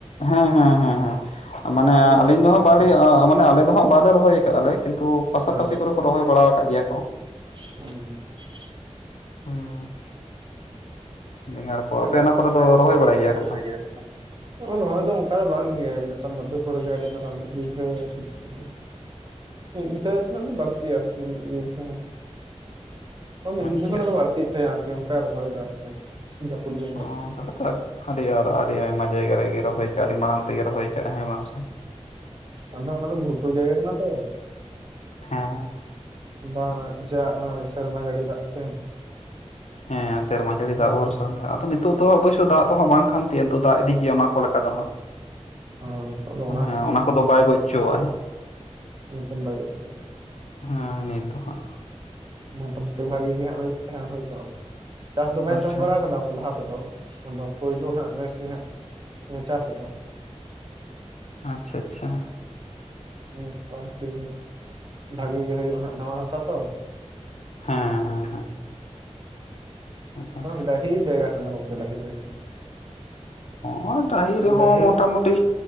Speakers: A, on the left; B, on the right.
A: ᱦᱮᱸ ᱦᱮᱸ ᱦᱮᱸ ᱦᱮᱸ ᱢᱟᱱᱮ
B: ᱚᱱᱟ ᱫᱚᱵᱤᱱ
A: ᱟᱞᱤᱧ
B: ᱪᱟᱥ
A: ᱫᱚ
B: ᱟᱠᱟᱫ
A: ᱦᱟᱸᱜ
B: ᱥᱮ
A: ᱵᱟᱞᱤ
B: ᱵᱟᱝ
A: ᱟ-ᱟ ᱢᱟᱱᱮ ᱟᱞᱮ ᱫᱚᱦᱟᱸᱜ ᱵᱟᱞᱮ ᱨᱚᱦᱚᱭ ᱟᱠᱟᱟᱜᱼᱟᱞᱮ ᱠᱤᱱᱛᱩ ᱯᱟᱥᱟᱯᱟᱥᱤ
B: ᱟᱪᱪᱷᱟ
A: ᱟᱠᱟᱥᱮᱫ ᱠᱚᱨᱮ ᱠᱚ ᱨᱚᱦᱚᱭ ᱵᱟᱲᱟ ᱟᱠᱟᱫ ᱜᱮᱭᱟ ᱠᱚ
B: <inaudible>
A: ᱦᱩᱸ ᱵᱮᱸᱜᱟᱲ ᱠᱚ
B: ᱟᱞᱮ
A: ᱟᱯᱮ ᱫᱚ
B: ᱚᱱᱟ ᱠᱚᱨᱮ
A: ᱵᱟᱲᱟᱭ
B: ᱨᱚᱦᱚᱭ
A: ᱠᱚᱛᱚ
B: ᱜᱮᱭᱟ ᱛᱚ ᱨᱚᱦᱚᱭ ᱫᱚ ᱚᱱᱠᱟ ᱫᱚ ᱵᱟᱝᱜᱮ ᱢᱤᱫᱴᱟᱝ ᱫᱟᱹᱫᱩ ᱦᱚᱲᱜᱮ ᱟᱹᱰᱤ <unintelligible> ᱢᱤᱛ ᱵᱤᱜᱷᱟ ᱠᱷᱟᱱᱟ ᱫᱚ ᱵᱟᱲᱛᱤ ᱟᱨᱠᱤ ᱦᱮᱸ ᱢᱤᱫ
A: ᱟᱪᱪᱷᱟ
B: ᱵᱤᱜᱷᱟ ᱠᱷᱚᱱᱟᱜ
A: ᱟᱪᱪᱷᱟ
B: ᱫᱚ ᱵᱟᱹᱲᱛᱤᱜ ᱛᱟᱭᱟ ᱟᱨᱠᱤ ᱚᱱᱠᱟ ᱨᱚᱦᱚᱭ ᱡᱟᱹᱯᱩᱫ ᱵᱮᱸᱜᱟᱲ
A: <unintelligible> ᱟᱹᱰᱤ ᱟᱨ ᱟᱹᱰᱤ ᱟᱭᱢᱟ ᱡᱟᱭᱜᱟ ᱨᱮᱜᱮ ᱨᱚᱦᱚᱭ ᱠᱟᱜᱼᱟ ᱟᱹᱰᱤ ᱢᱟᱲᱟᱝ ᱛᱮᱜᱮ ᱨᱚᱦᱚᱭ ᱠᱟᱜᱼᱟ ᱦᱮᱸ ᱵᱟᱝ ᱥᱮ
B: ᱦᱮᱸ ᱚᱱᱟ ᱫᱚ ᱜᱷᱩᱴᱩ ᱡᱟᱭᱜᱟ ᱠᱟᱱᱟ ᱛᱚ
A: ᱦᱮᱸ
B: ᱵᱟᱝ ᱡᱟ ᱚᱱᱟ ᱥᱮᱨᱢᱟ ᱡᱟᱹᱲᱤ ᱫᱟᱜ ᱛᱮ
A: ᱦᱮᱸ ᱥᱮᱨᱢᱟ ᱡᱟᱹᱲᱤ ᱫᱟᱜ ᱵᱷᱚᱨᱥᱟ ᱟᱫᱚ ᱱᱤᱛᱚᱜ ᱫᱚ ᱚᱵᱚᱥᱥᱳ ᱫᱟᱜ ᱫᱚ ᱦᱚᱸ ᱵᱟᱝ ᱠᱟᱱ ᱛᱟᱭᱟ ᱧᱤᱛᱜ ᱫᱟᱜ ᱤᱫᱤᱜᱭᱟ ᱚᱱᱟ ᱠᱚ ᱟᱫᱚ ᱦᱟᱸᱜ
B: <unintelligible>
A: ᱢᱟᱱᱮ ᱚᱱᱟ ᱠᱚᱫᱚ ᱵᱟᱭ ᱜᱚᱡ ᱪᱚᱣᱟ
B: ᱱᱤᱛᱚᱝ <inaudible>
A: ᱦᱮᱸ ᱱᱤᱛ ᱫᱚ ᱦᱟᱸᱜ
B: ᱢᱳᱴᱟᱢᱩᱴᱤ ᱵᱷᱟᱹᱜᱤ ᱜᱮ ᱦᱳᱭᱳᱜ ᱛᱟᱭᱟ ᱦᱚᱭᱛᱚ ᱪᱟᱥ ᱫᱚ ᱵᱟᱭ
A: ᱟᱪᱪᱷᱟ
B: ᱪᱟᱥ ᱵᱟᱲᱟ
A: ᱟᱪᱪᱷᱟ
B: ᱟᱠᱟᱫᱟ ᱞᱟᱦᱟ ᱛᱮᱫᱚ ᱯᱳᱭᱞᱳ ᱦᱟᱸᱜ ᱱᱮᱥ ᱜᱮ ᱦᱟᱸᱜ ᱪᱟᱥ ᱮᱫᱟ
A: ᱟᱪᱷᱟ ᱟᱪᱷᱟ
B: ᱢᱳᱚᱴᱟᱟᱢᱩᱴᱤ ᱵᱷᱟᱜᱤ ᱜᱮ ᱦᱩᱭᱩᱜᱼᱟ ᱦᱟᱸᱜ ᱱᱟᱣᱟ ᱦᱟᱥᱟ ᱛᱚ
A: ᱦᱮᱸ ᱦᱮᱸ ᱦᱮᱸ
B: ᱰᱟᱦᱤ ᱡᱟᱭᱜᱟ ᱠᱟᱱᱟ ᱜᱚᱢᱠᱮ ᱰᱟᱦᱤ ᱡᱟᱭᱜᱟ
A: ᱦᱚᱸ ᱰᱟᱦᱤ ᱨᱮᱦᱚ
B: ᱰᱟᱹᱦᱤ
A: ᱢᱳᱴᱟᱢᱩᱴᱤ